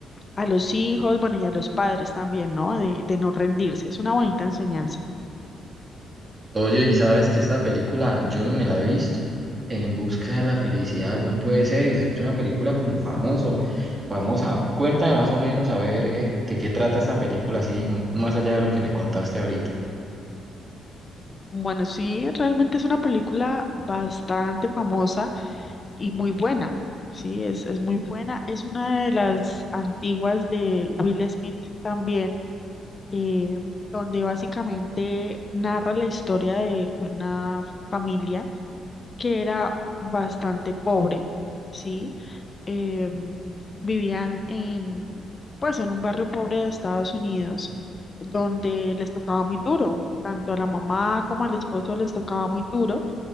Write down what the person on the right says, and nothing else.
Oye, y sabes que esta película yo no me la he visto. En busca de la felicidad no puede ser. Y se escucha una película como famoso, famosa. Cuéntame más o menos a ver eh, de qué trata esta película, así m- más allá de lo que me contaste ahorita.